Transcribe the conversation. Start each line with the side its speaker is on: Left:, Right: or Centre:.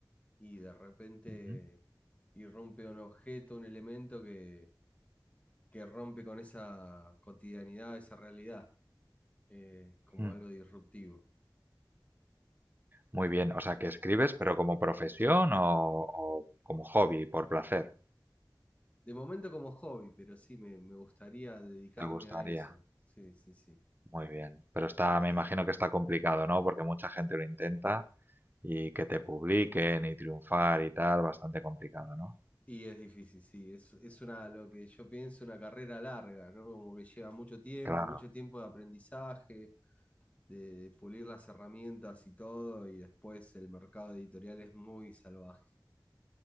Left: y de repente
Right: ujú,
Left: irrumpe un objeto, un elemento que, que rompe con esa cotidianidad, esa realidad, eh, como
Right: mm.
Left: algo disruptivo.
Right: Muy bien, o sea, que escribes, pero como profesión o, o como hobby, por placer,
Left: De momento como hobby, pero sí, me, me gustaría dedicarme
Right: ¿te gustaría?
Left: a eso. Sí, sí, sí.
Right: Muy bien, pero está, me imagino que está complicado, ¿no? Porque mucha gente lo intenta y que te publiquen y triunfar y tal, bastante complicado, ¿no?
Left: Y es difícil, sí, es, es una, lo que yo pienso, una carrera larga, ¿no? Como que lleva mucho tiempo,
Right: Claro.
Left: mucho tiempo de aprendizaje, de, de pulir las herramientas y todo, y después el mercado editorial es muy salvaje.